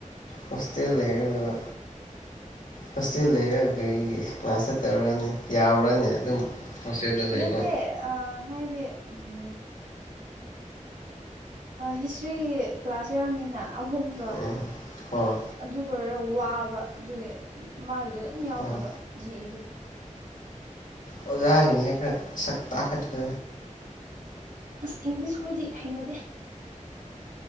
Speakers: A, on the left; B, on the right.
A: ꯍꯣꯇꯦꯜ ꯂꯩꯔꯒ ꯍꯣꯁꯇꯦꯜ ꯂꯩꯔ ꯀꯩ ꯀ꯭ꯂꯥꯁ ꯆꯠꯇꯕꯔ꯭ꯅꯦ ꯌꯥꯕꯔ꯭ꯅꯦ ꯑꯗꯨꯝ ꯍꯣꯁꯇꯦꯜꯗ ꯂꯩꯕ
B: ꯃꯠꯇꯦ ꯑ ꯍꯥꯏꯗꯤ ꯎꯝ ꯍꯤꯁꯇ꯭ꯔꯤ ꯀ꯭ꯂꯥꯁ ꯌꯥꯎꯔꯅꯤꯅ ꯑꯍꯨꯝꯗꯣ
A: ꯎꯝ ꯍꯣꯏ
B: ꯑꯗꯨ ꯂꯣꯏꯔꯒ ꯋꯥꯕ ꯑꯗꯨꯒꯤ ꯃꯥꯒꯤ ꯑꯗꯨꯝ ꯌꯥꯎꯗꯕꯗ
A: ꯑꯣ
B: ꯖꯤ ꯏ ꯗꯨ
A: ꯑꯣꯖꯥ ꯁꯤꯡꯁꯦ ꯈꯔꯥ ꯁꯛ ꯇꯈꯠꯄ
B: ꯑꯁ ꯏꯪꯂꯤꯁꯈꯣꯏꯗꯤ ꯍꯩꯅꯗꯦ